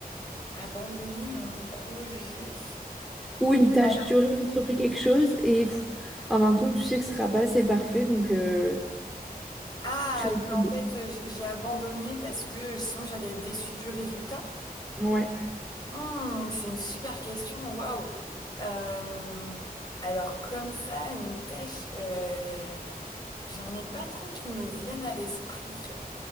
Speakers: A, on the left (about 25°); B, in the centre.
A: Abandonner un projet.
B: Ou une tâche,
A: Alors.
B: tu aurais entrepris quelque chose et pff, en même temps, tu sais que ce sera pas assez parfait, donc euh,
A: Ah,
B: tu... laisses
A: que
B: tomber.
A: en fait euh, j- j'ai abandonné parce que sinon j'allais être déçue du résultat.
B: Ouais.
A: Hmm, c'est une super question, waouh. Euh, alors comme ça, une tâche, euh, j'en ai pas trop qui me viennent à l'esprit.